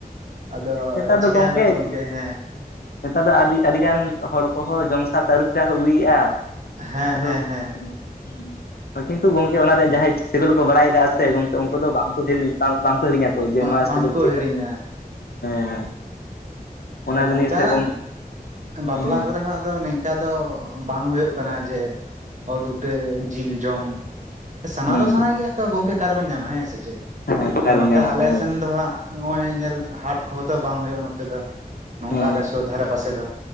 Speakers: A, on the right; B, on the left.
A: ᱟᱫᱚ
B: ᱱᱮᱛᱟᱨ
A: ᱪᱤᱠᱟᱭᱟᱵᱮᱱ
B: ᱫᱚ ᱜᱚᱝᱠᱮ
A: ᱜᱚᱢᱠᱮ ᱦᱮᱸ᱾
B: ᱱᱮᱛᱟᱨ ᱫᱚ ᱟᱹᱰᱤ ᱟᱹᱰᱤᱜᱟᱱ ᱦᱚᱲ ᱠᱚᱦᱚᱸ ᱡᱚᱢ ᱥᱟᱶᱛᱮ ᱟᱹᱨᱩ ᱯᱷᱮᱨᱟᱣ ᱠᱚ ᱟᱹᱜᱩᱭᱮᱫᱼᱟ᱾
A: ᱦᱮᱸ
B: ᱟᱫᱚ
A: ᱦᱮᱸ ᱦᱮᱸ
B: <inaudible> ᱠᱤᱱᱛᱩ ᱜᱚᱝᱠᱮ ᱚᱱᱟ ᱨᱮᱭᱟᱜ ᱡᱟᱦᱟᱸᱭ ᱥᱤᱵᱤᱞ ᱠᱚ ᱵᱟᱲᱟᱭ ᱠᱟᱜᱼᱟ᱾ ᱥᱮᱜ ᱜᱚᱝᱠᱮ ᱩᱱᱠᱩ ᱫᱚ ᱵᱟᱝᱠᱚ ᱦᱤᱲᱤ ᱵᱟᱝᱠᱚ ᱦᱤᱲᱤᱧᱟᱠᱚ ᱡᱮ
A: ᱵᱟᱝ
B: ᱱᱚᱣᱟ
A: ᱵᱟᱝᱠᱚ
B: ᱥᱤᱵᱤᱞ ᱪᱮᱫ
A: ᱦᱤᱲᱤᱧᱟ
B: ᱠᱟᱱᱟ ᱦᱮᱸ
A: ᱟᱫᱚ
B: ᱚᱱᱟ ᱵᱤᱱ
A: ᱱᱚᱝᱠᱟ
B: ᱞᱟᱹᱭ ᱥᱮ ᱜᱚᱝ
A: ᱵᱟᱯᱞᱟ
B: ᱦᱩᱸ
A: ᱠᱚᱨᱮ ᱦᱚᱸ ᱟᱫᱚ ᱱᱤᱝᱠᱟᱹ ᱠᱟ ᱫᱚ ᱵᱟᱝ ᱦᱩᱭᱩᱜ ᱠᱟᱱᱟ ᱡᱮ ᱚᱛ ᱩᱴᱟᱹ ᱡᱤᱞ ᱡᱚᱢ ᱥᱟᱱᱟ
B: ᱦᱩᱸ
A: ᱫᱚ ᱥᱟᱱᱟᱭ ᱜᱮᱭᱟ ᱛᱚ ᱜᱚᱝᱠᱮ ᱚᱠᱟᱟᱨ ᱨᱮᱵᱮᱱ ᱧᱟᱢᱟ ᱦᱮᱸ ᱥᱮ ᱪᱮᱫ
B: ᱦᱮᱸ ᱚᱠᱟᱨᱮᱵᱮᱱ
A: ᱟᱫᱚ ᱱᱚᱛᱮ
B: ᱧᱟᱢᱟ
A: ᱟᱞᱮ
B: ᱦᱳᱭ
A: ᱥᱮᱱ ᱫᱚ ᱦᱟᱸᱜ ᱱᱚᱜᱼᱚᱭ ᱧᱮᱞ ᱦᱟᱴ ᱠᱚᱦᱚᱸ ᱛᱚ ᱵᱟᱝ ᱦᱩᱭᱩᱜᱼᱟ ᱱᱚᱛᱮ ᱫᱚ ᱱᱚᱝᱠᱟ
B: ᱦᱮᱸ
A: ᱟᱞᱮ ᱥᱩᱨ ᱫᱷᱟᱨᱮ ᱯᱟᱥᱮ ᱫᱚ